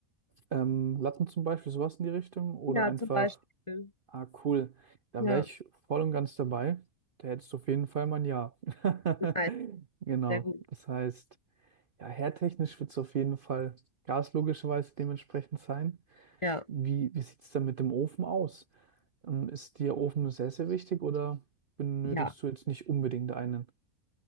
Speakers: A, on the right; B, on the left.
A: Ähm, Latten zum Beispiel, sowas in die Richtung oder
B: Ja,
A: einfach,
B: zum Beispiel.
A: ah cool, da
B: Ja,
A: wäre ich voll und ganz dabei. Da hättest du auf jeden Fall mein Ja. <laughs>
B: nein,
A: Genau,
B: sehr gut.
A: das heißt, ja, herdtechnisch wird es auf jeden Fall Gas logischerweise dementsprechend sein.
B: Ja,
A: Wie, wie sieht es denn mit dem Ofen aus? Ähm, ist dir Ofen sehr, sehr wichtig oder benötigst
B: ja,
A: du jetzt nicht unbedingt einen?